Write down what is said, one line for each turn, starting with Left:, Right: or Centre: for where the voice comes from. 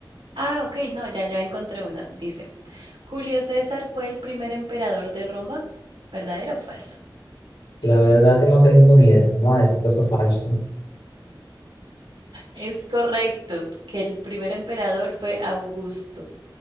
Right: ah, ok, no, ya, ya encontré una. Dice, Julio César fue el primer emperador de Roma, ¿verdadero o falso?
Left: La verdad que no tengo ni idea. Vamos a decir que fue falso.
Right: Es correcto que el primer emperador fue Augusto,